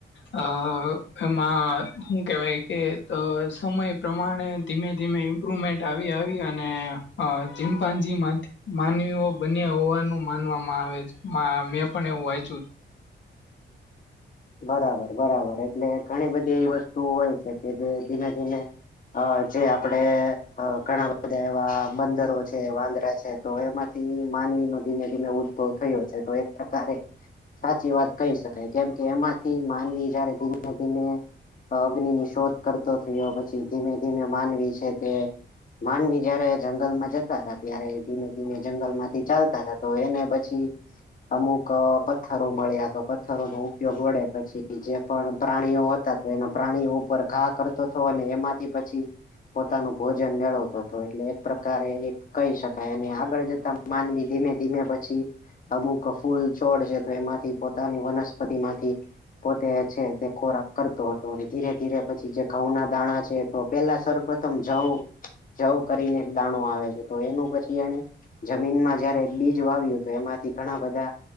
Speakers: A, on the left; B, on the left.
A: હ એમાં શું કેહેવાય કે સમય પ્રમાણે ધીમે ધીમે. ઇમ્પ્રુમેન્ટ આવી આવી અને ચિમપાજીમાંથી. માનવીઓ બન્યા હોવાનું માનવામાં આવે છે, મેં પણ એવું વાંચ્યું.
B: બરાબર બરાબર એટલે ઘણી બધી એવી વસ્તુ હોય છે કે જે ધીમે ધીને અ જે આપડે ઘણા બધા એવા બંદરો છે વાંદરા છે. તો એમાંથી માનવી નો ધીમે ધીમે ઉદ્ભવ થયો છે તો એક પ્રકારે સાચી વાત કહી શકાય કેમ કે એમાંથી માનવી જયારે ધીમે ધીમે. અગ્નિ ની શોધ કરતો થયો પછી ધીમે ધીમે માનવી છે કે માનવી જયારે જંગલમાં જતા હતા ત્યારે ધીમે ધીમે જંગલમાંથી ચાલતા હતા તો એને પછી અમુક પથ્થરો મળ્યા તો પથ્થરો ઉપયોગ વડે પછી જે પણ પ્રાણીઓ હતા તો એના પ્રાણીઓ ઉપર ઘા કરતો હતો અને એમાંથી પછી પોતાનું ભોજન મેળવતોું હતો, એટલે એક પ્રકારે એક કહી શકાય અને આગળ જતા માનવી ધીમે ધીમે પછી, અમુક ફૂલ છોડ છે તો એમાંથી પોતાની વનસ્પ તિ માંથી પોતે છે તે ખોરાક કરતો હતો અને ધીરે ધીરે પછી જે ઘઉ ના દાણા છે. તો પેલા સર્વપથમ જવ જઉ કરીને એક દાણું આવે છે તો એનું પછી એને જમીનમાં જયારે એક બીજ વાવ્યું તો એમાંથી ઘણા બધા,